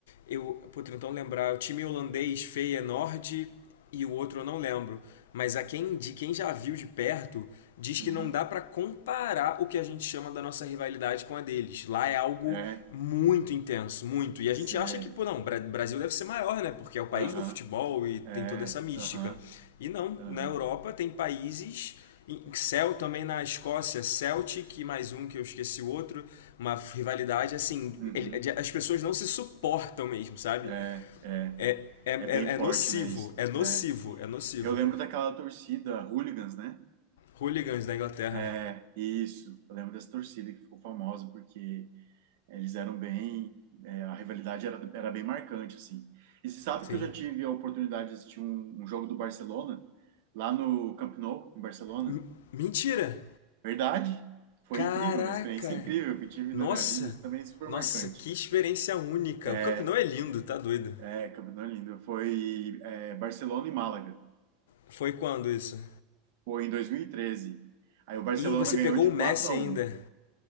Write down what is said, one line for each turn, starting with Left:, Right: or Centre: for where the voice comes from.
Left: eu, vou tentando lembrar, o time holandês Feyenoord e o outro eu não lembro. Mas a quem, de quem já viu de perto, diz
Right: Uhum.
Left: que não dá para comparar o que a gente chama da nossa rivalidade com a deles. Lá é algo
Right: É,
Left: muito intenso, muito. E
Right: sério.
Left: a gente acha que, pô, não, Bra- Brasil deve ser maior, né? Porque é o país
Right: Aham.
Left: do futebol e tem
Right: É,
Left: toda essa mística.
Right: aham.
Left: E não,
Right: Aham.
Left: na Europa tem países. em- Cel também na Escócia, Celtic e mais um que eu esqueci o outro, uma rivalidade assim,
Right: Uhum.
Left: ele- as pessoas não se suportam mesmo, sabe?
Right: É, é.
Left: É, é, é,
Right: É bem forte,
Left: é nocivo,
Right: né, isso?
Left: é nocivo,
Right: É.
Left: é nocivo.
Right: Eu lembro daquela torcida Hooligans, né?
Left: Hooligans da Inglaterra,
Right: É, isso. Eu lembro dessa torcida que ficou famosa porque Eles eram bem, é, a rivalidade era, era bem marcante, assim. E você sabe
Left: sim.
Right: que eu já tive a oportunidade de assistir um, um jogo do Barcelona, lá no Camp Nou, em Barcelona.
Left: M- mentira!
Right: Verdade, foi
Left: Caraca!
Right: incrível, uma experiência incrível que tive
Left: Nossa!
Right: na minha vida, isso também é super
Left: Nossa,
Right: marcante.
Left: que experiência única.
Right: É,
Left: O campeonato é lindo, tá doido.
Right: é, Camp Nou é lindo, foi é, Barcelona e Málaga,
Left: Foi quando isso?
Right: foi em 2013. Aí o Barcelona
Left: E você
Right: ganhou
Left: pegou
Right: de
Left: o
Right: 4
Left: Messi
Right: a
Left: ainda.
Right: 1.